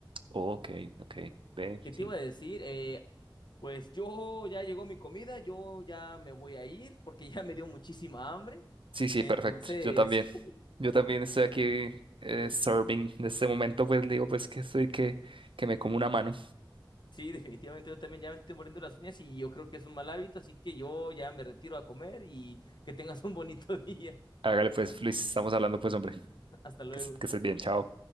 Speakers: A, on the right; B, on the left.
A: ok, ok. Ve,
B: ¿Qué
A: sí.
B: te iba a decir? Eh, pues yo ya llegó mi comida, yo ya me voy a ir porque ya me dio muchísima hambre.
A: Sí, sí,
B: Entonces,
A: perfecto. Yo también.
B: <laughs>
A: Yo también estoy aquí eh, serving. En este momento, pues digo, pues que estoy que, que me como una mano.
B: sí, definitivamente yo también ya me estoy muriendo las uñas y yo creo que es un mal hábito, así que yo ya me retiro a comer y que tengas un bonito <laughs> día.
A: Hágale, pues, Luis, estamos hablando, pues, hombre.
B: Hasta luego.
A: Que, se- que estés bien, chao.